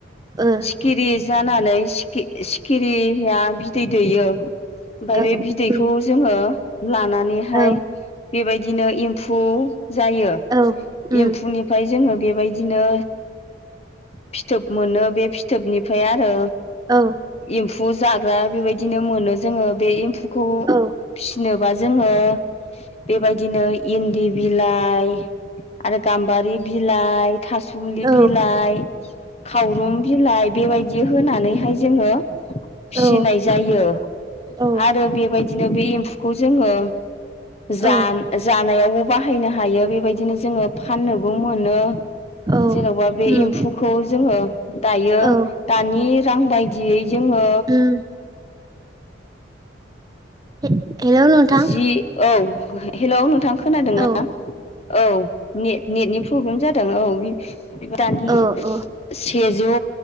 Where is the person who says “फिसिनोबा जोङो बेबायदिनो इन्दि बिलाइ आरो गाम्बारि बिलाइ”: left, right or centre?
Left